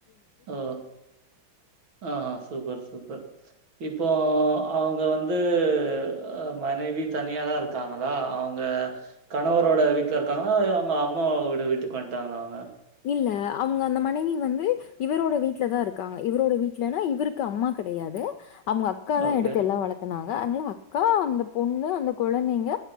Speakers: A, on the right; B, on the left.
A: ஓ ஆஹ்் சூப்பர் சூப்பர் இப்போ அவங்க வந்துஹ மனைவி தனியாதான் இருக்காங்களா அவங்க கணவரோட வீட்டுல இருக்காங்களா அவங்க அம்மாவோட வீட்டுக்கு வந்துட்டாங்களா அவங்க
B: இல்ல அவங்க அந்த மனைவி வந்து இவரோட வீட்டுல தான் இருக்காங்க இவரோட வீட்டுலன்னா இவருக்கு அம்மா கிடையாது அவங்க அக்காத தான்
A: ஓகே,
B: எடுத்து எல்லாம் வளர்த்தனாங்க அக்கா அந்த பொண்ணு அந்த குழந்தைங்க